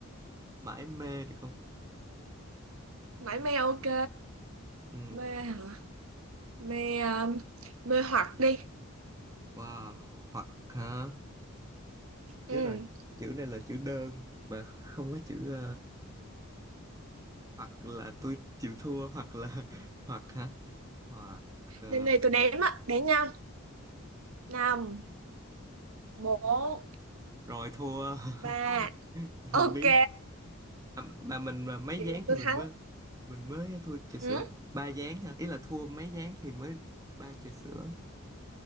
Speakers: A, on the right; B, on the right.
A: mãi mê được không
B: Mãi mê ok.
A: ừ
B: Mê hả? Mê, ờ, mê hoặc đi.
A: wow hoặc hả chết
B: Ừ.
A: rồi chữ này là chữ đơn mà không có chữ hoặc là tôi chịu thua hoặc là <laughs> hoặc hả hoặc ờ,
B: Lên đây tôi đếm á. Đếm nha. năm bốn
A: rồi thua
B: ba
A: <laughs>
B: Ok,
A: không biết À, mà mình mà mấy
B: vậy
A: ván
B: là
A: thì
B: tôi
A: mình
B: thắng.
A: mới mình mới thua trà sữa
B: Ừ?
A: ba ván hả ý là thua mấy ván thì mới ba trà sữa